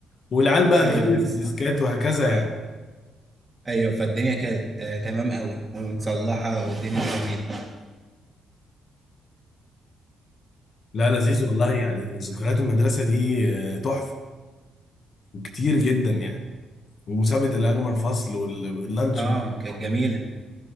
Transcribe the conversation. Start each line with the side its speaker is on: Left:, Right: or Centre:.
Left: والعيال بقى
Right: ايوه
Left: تغلف
Right: بالظبط
Left: الديسكات وهكذا يعني
Right: ايوه فالدنيا كانت آه، تمام قوي ومتصلحه والدنيا جميله
Left: لا لذيذ والله يعني ذكريات المدرسه دي آه، تحفه كتير جدا يعني ومسابقة الأجمل فصل وال- واللانش
Right: اه
Left: و-
Right: كانت جميله